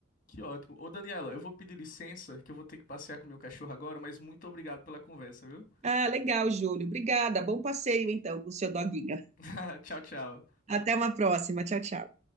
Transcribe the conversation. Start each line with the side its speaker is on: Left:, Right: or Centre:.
Left: Que ótimo. Ô, Daniela, eu vou pedir licença, que eu vou ter que passear com meu cachorro agora, mas muito obrigado pela conversa, viu?
Right: Ah, legal, Júlio. Obrigada. Bom passeio, então, com o seu doguinho.
Left: <laughs> Tchau, tchau.
Right: Até uma próxima. Tchau, tchau.